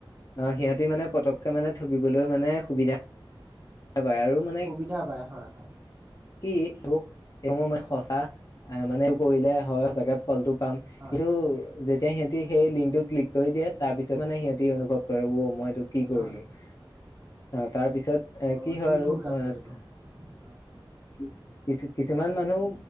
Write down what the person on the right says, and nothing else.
সুবিধা পায় হয় হয়।
হয়
হয়
হয়
অ
ভুল কাম
কৰিলো হয়